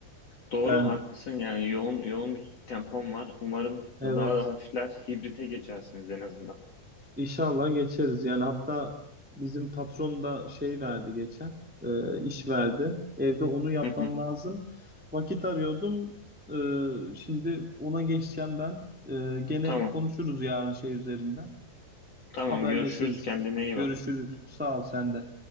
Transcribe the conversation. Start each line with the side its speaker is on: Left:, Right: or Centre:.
Left: Doğru,
Centre: Ben
Left: haklısın yani yoğun yoğun bir tempom var. Umarım
Centre: evet
Left: daha da hafifler, hibrite geçersiniz en azından.
Centre: inşallah geçeriz. Yani hatta bizim patron da şey verdi geçen e, iş verdi. Evde onu yapmam
Left: Hı hı.
Centre: lazım. Vakit arıyordum. E, şimdi ona geçeceğim ben. E, gene
Left: Tamam,
Centre: konuşuruz yarın şey üzerinden.
Left: tamam
Centre: Haberleşiriz.
Left: görüşürüz. Kendine iyi
Centre: Görüşürüz.
Left: bak.
Centre: Sağ ol sen de.